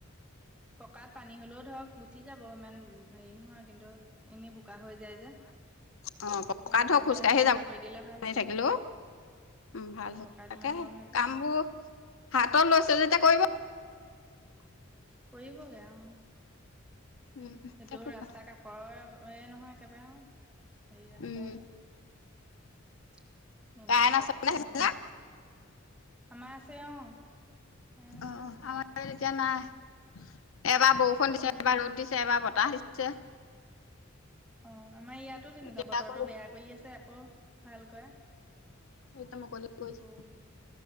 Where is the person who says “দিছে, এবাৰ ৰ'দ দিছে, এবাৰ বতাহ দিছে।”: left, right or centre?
Left